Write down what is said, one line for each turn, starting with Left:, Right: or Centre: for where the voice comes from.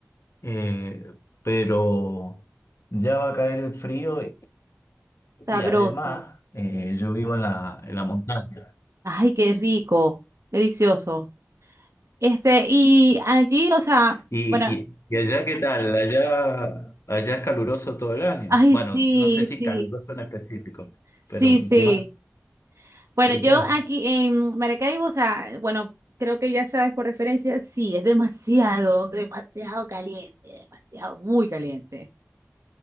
Left: eh, pero ya va a caer el frío y,
Right: Sabroso.
Left: y además eh, yo vivo en la, en la montaña.
Right: Ay, qué rico. Delicioso. Este, y allí, o sea,
Left: Y,
Right: bueno,
Left: y- y allá, ¿qué tal? Allá, allá es caluroso todo el año.
Right: ay,
Left: Bueno,
Right: sí,
Left: no sé si
Right: sí,
Left: caluroso en específico,
Right: sí,
Left: pero
Right: sí.
Left: clima
Right: Bueno,
Left: tropical.
Right: yo aquí en Maracaibo, o sea, bueno, creo que ya sabes por referencia, sí, es demasiado, demasiado caliente, demasiado, muy caliente.